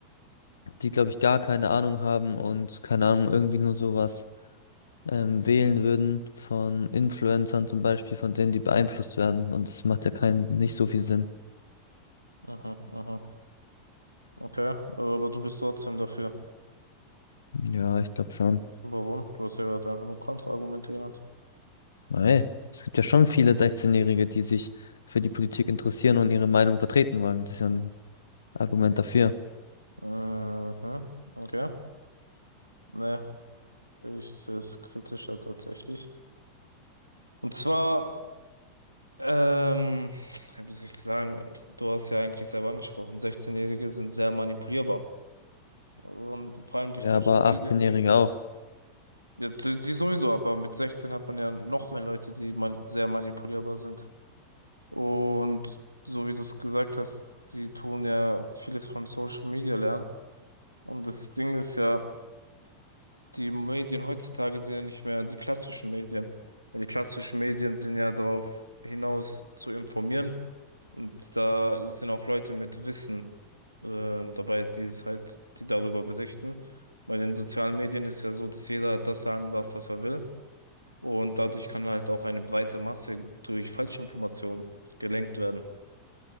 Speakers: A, on the left; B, on the right.
A: die, glaube ich, gar keine Ahnung haben und keine Ahnung, irgendwie nur sowas ähm, wählen würden von Influencern zum Beispiel, von denen, die beeinflusst werden. Und das macht ja keinen, nicht so viel Sinn.
B: mhm, mhm, okay. Aber du bist trotzdem dafür.
A: Ja, ich glaube schon.
B: Warum? Du hast ja gerade einfach nur Kontraargumente genannt.
A: Weil es gibt ja schon viele 16-Jährige, die sich für die Politik interessieren und ihre Meinung vertreten wollen. Das ist ja ein Argument dafür.
B: Mhm, okay. Naja, ich sehe es kritischer tatsächlich. Und zwar. Ähm, ja, wie soll ich sagen, du hast ja eigentlich selber angesprochen, 16-Jährige sind sehr manipulierbar. Und vor allem durch
A: Ja,
B: Social
A: aber
B: Media.
A: 18-Jährige auch.
B: Ja, die, die sowieso, aber mit 16 hat man ja noch mehr Leute, die man sehr manipulierbar sind. Und so wie du es gesagt hast, die tun ja vieles von Social Media lernen. Und das Ding ist ja, die Medien heutzutage sind ja nicht mehr die klassischen Medien. Weil die klassischen Medien sind ja darauf hinaus zu informieren. Und da sind auch Leute mit Wissen ähm, dabei, die es halt, die darüber berichten. Bei den sozialen Medien ist ja so, dass jeder das sagen darf, was er will. Und dadurch kann halt auch eine breite Masse durch Falschinformationen gelenkt werden.